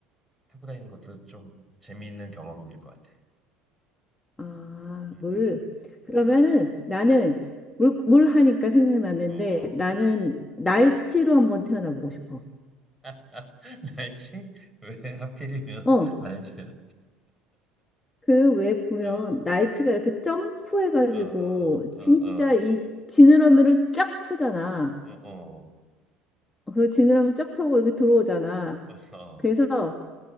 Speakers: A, in the centre; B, on the left.
A: 타고 다니는 것도 좀 재미있는 경험일 것 같아.
B: 아,
A: 응,
B: 물.
A: 응,
B: 그러면은
A: 응.
B: 나는 물, 물 하니까 생각났는데
A: 어, 어.
B: 나는 날치로 한번 태어나보고 싶어.
A: <laughs> 날치? 왜 하필이면
B: 어,
A: <laughs> 날치?
B: 그 외에 보면
A: 어,
B: 날치가 이렇게 점프해가지고
A: 어, 어,
B: 진짜
A: 어,
B: 이 지느러미를 쫙 펴잖아.
A: 어, 어, 어.
B: 그리고 지느러미 쫙 펴고 이렇게 들어오잖아.
A: 어.
B: 그래서